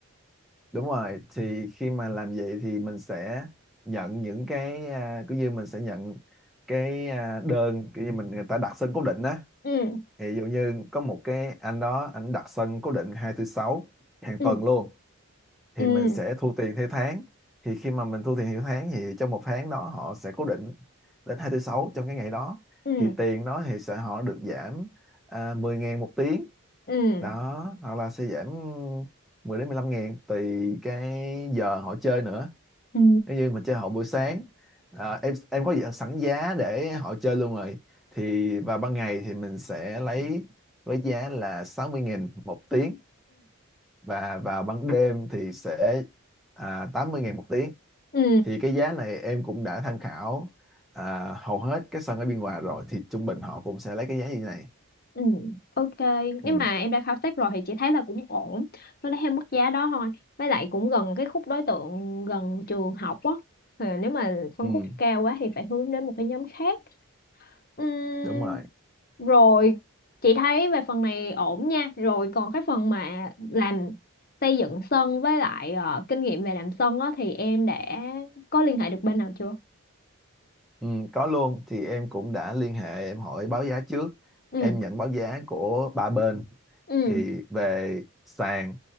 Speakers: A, in the centre; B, on the left.
A: đúng rồi thì khi mà làm vậy thì mình sẽ nhận những cái à, cứ như mình sẽ nhận cái à, đơn cứ như mình người ta đặt sân cố định á
B: ừ
A: thì ví dụ như có một cái anh đó anh đặt sân cố định hai thứ sáu hàng
B: ừ
A: tuần luôn thì
B: ừ
A: mình sẽ thu tiền theo tháng thì khi mà mình thu tiền theo tháng thì trong một tháng đó họ sẽ cố định đến hai tư sáu trong cái ngày đó
B: ừ
A: thì tiền đó thì sẽ họ được giảm à, 10 ngàn một tiếng
B: ừ
A: đó hoặc là sẽ giảm 10 đến 15 ngàn tùy cái giờ họ chơi nữa
B: ừ
A: nếu như mà chơi họ buổi sáng à, em em có sẵn giá để họ chơi luôn rồi thì vào ban ngày thì mình sẽ lấy với giá là 60 ngàn một tiếng và vào ban đêm thì sẽ à, 80 ngàn một tiếng
B: ừ
A: thì cái giá này em cũng đã tham khảo à, hầu hết các sân ở biên hòa rồi thì trung bình họ cũng sẽ lấy cái giá như thế này
B: Ừ, ok. Nếu
A: ừ,
B: mà em đã khảo sát rồi thì chị thấy là cũng ổn. Nó lấy theo mức giá đó thôi. Với lại cũng gần cái khúc đối tượng gần trường học á. Thì nếu mà phân
A: ừ,
B: khúc cao quá thì phải hướng đến một cái nhóm khác. Ừm,
A: đúng rồi
B: rồi chị thấy về phần này ổn nha. Rồi còn cái phần mà làm xây dựng sân với lại ờ, kinh nghiệm về làm sân á thì em đã có liên hệ được bên nào chưa?
A: ừ, có luôn thì em cũng đã liên hệ em hỏi báo giá trước
B: Ừ,
A: em nhận báo giá của ba bên
B: ừ,
A: thì về sàn